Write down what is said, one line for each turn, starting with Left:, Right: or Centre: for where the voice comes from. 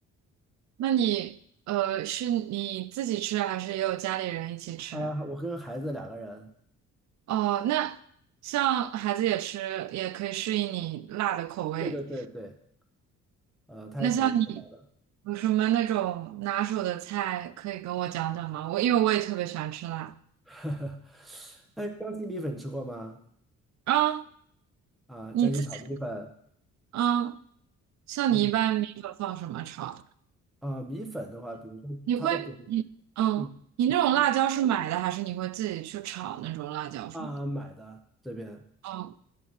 Right: 那你呃是你自己吃，还是也有家里人一起吃？
Centre: 啊，我跟孩子两个人，
Right: 哦，那像孩子也吃，也可以适应你辣的口味。
Centre: 对对对对，呃，他也喜欢吃辣。
Right: 那像你有什么那种拿手的菜可以跟我讲讲吗？我因为我也特别喜欢吃辣。
Centre: <laughs> 哎，江西米粉吃过吗？
Right: 啊，
Centre: 啊，
Right: 你自己
Centre: 江西炒米粉，
Right: 嗯，像你一般米粉放什么炒？
Centre: 嗯。啊，米粉的话，比如说它的主，
Right: 你会你嗯，
Centre: 嗯，
Right: 你那种辣椒是买的，
Centre: 它的
Right: 还是你会自己去炒那种辣椒什么的？
Centre: 啊买的这边，
Right: 哦，